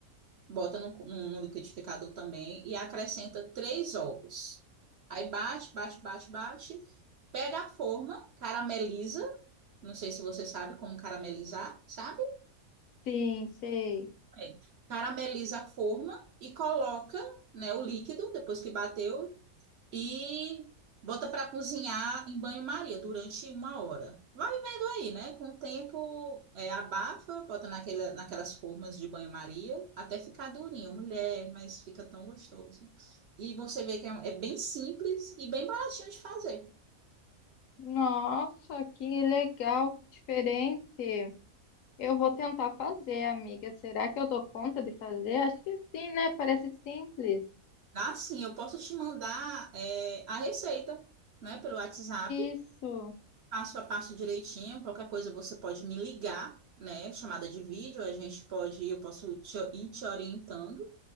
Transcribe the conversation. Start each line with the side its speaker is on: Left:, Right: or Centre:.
Right: bota no, no- no liquidificador também e acrescenta três ovos. Aí bate, bate, bate, bate, pega a forma, carameliza. Não sei se você sabe como caramelizar, sabe?
Left: Sim, sei.
Right: Bem, Carameliza a forma e coloca, né, o líquido depois que bateu e bota para cozinhar em banho-maria durante uma hora. Vai vendo aí, né? Com o tempo, é, abafa, bota naquela, naquelas formas de banho-maria até ficar durinho, mulher, mas fica tão gostoso. E você vê que é, é bem simples e bem baratinho de fazer.
Left: Nossa, que legal, que diferente. Eu vou tentar fazer, amiga. Será que eu dou conta de fazer? Acho que sim, né? Parece simples.
Right: Dá sim, eu posso te mandar, é, a receita, né, pelo WhatsApp,
Left: Isso,
Right: passo a passo direitinho. Qualquer coisa você pode me ligar, né, chamada de vídeo, a gente pode, eu posso te- ir te orientando.